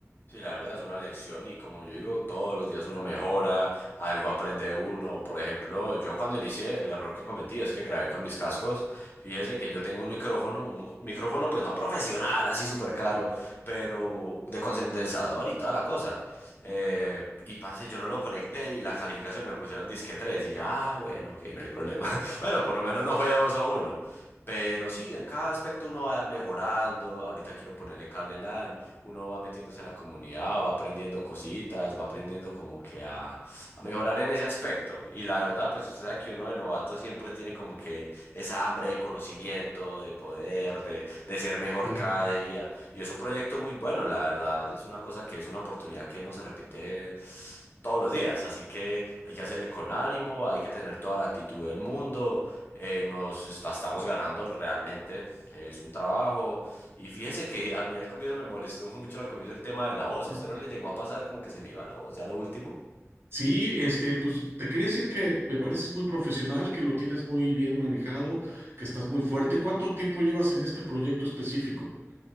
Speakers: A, on the left; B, on the right.
A: Sí, la verdad es una lección y como yo digo, todos los días uno mejora, algo aprende uno. Por ejemplo, yo cuando inicié, el error que cometí es que grabé con mis cascos. Fíjese que yo tengo un micrófono, un mo- micrófono pues no profesional, así súper caro,
B: Sí.
A: pero de condensador y toda la cosa. Eh, y parce, yo no lo conecté y la calificación me pusieron disque 3 y yo, ah, bueno, ok, no hay problema. <laughs> Bueno, por lo menos no fue 2 o uno. Pero sí, en cada aspecto uno va mejorando. Ahorita quiero ponerle cable LAN. Uno va metiéndose a la comunidad, va aprendiendo cositas, va aprendiendo como que a, a mejorar en ese aspecto. Y la verdad, pues usted sabe que uno de novato siempre tiene como que esa hambre de conocimiento, de poder, de, de ser mejor
B: sí,
A: cada día. Y es un proyecto muy bueno, la verdad. Es una cosa que es una oportunidad que no se repite todos los días. Así que hay que hacerle con ánimo, hay que tener toda la actitud del mundo eh, nos la estamos ganando realmente, es un trabajo. Y fíjese que a mí al comienzo me molestó mucho al comienzo el tema de la voz.
B: sí.
A: ¿A usted no le llegó a pasar como que se le iba la voz ya lo último?
B: Sí, este, pues te quería decir que me pareces muy profesional, que lo tienes muy bien manejado, que estás muy fuerte. ¿Cuánto tiempo llevas en este proyecto específico?